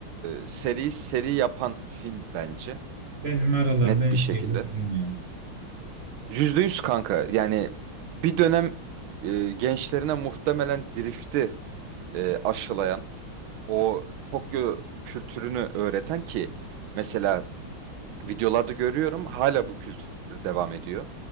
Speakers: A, on the right; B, on the right.
A: e, seriyi seri yapan film bence.
B: Benim aralarında
A: Net
B: en
A: bir şekilde.
B: sevdiğim film ya.
A: Yüzde yüz kanka. Yani bir dönem e, gençlerine muhtemelen drifti e, aşılayan, o Tokyo kültürünü öğreten ki mesela videolarda görüyorum hala bu kültür devam ediyor.